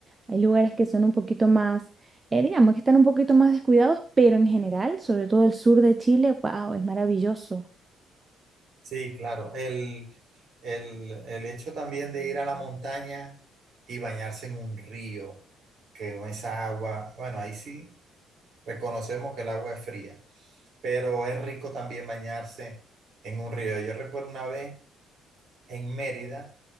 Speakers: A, on the right (about 25°); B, on the right (about 50°).
A: Hay lugares que son un poquito más, eh, digamos, que están un poquito más descuidados, pero en general, sobre todo el sur de Chile, wow, es maravilloso.
B: Sí, claro. El, el, el hecho también de ir a la montaña y bañarse en un río, que con esa agua, bueno, ahí sí reconocemos que el agua es fría, pero es rico también bañarse en un río. Yo recuerdo una vez en Mérida